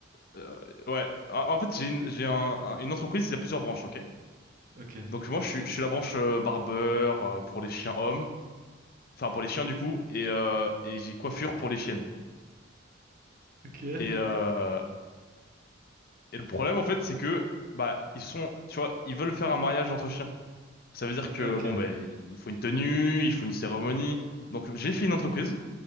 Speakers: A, on the left; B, on the right.
A: euh, ouais, en en fait, j'ai une, j'ai un- un- une entreprise, il y a plusieurs branches, ok?
B: Ok,
A: Donc moi, je suis, je suis la branche euh, barbeur euh, pour les chiens hommes, enfin pour les chiens du coup, et euh, et j'ai coiffure pour les chiennes.
B: ok,
A: Et euh, et le problème, en fait, c'est que, bah, ils sont, tu vois, ils veulent faire un mariage entre chiens. Ça veut dire que,
B: ok,
A: bon, ben, il faut une tenue, il faut une cérémonie. Donc j'ai fait une entreprise.